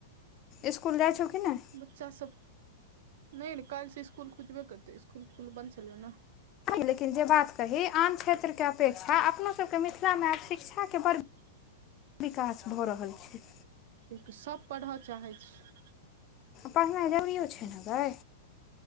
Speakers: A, on the left; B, on the right.
A: इस्कुल जाइ छौ कि नै
B: बच्चा सब नहि काल्हिसँ इसकुल खुजबे करतै इसकुल खुल बन्द छलै ने
A: लेकिन जे बात कही आन क्षेत्रके अपेक्षा अपोसभके मिथिलामे आब शिक्षाके बड़
B: <inaudible> <inaudible>
A: विकास भऽ रहल छै
B: लिन सभ पढ़य चाहै छै
A: पढ़नाइ जरुरियो छै ने गै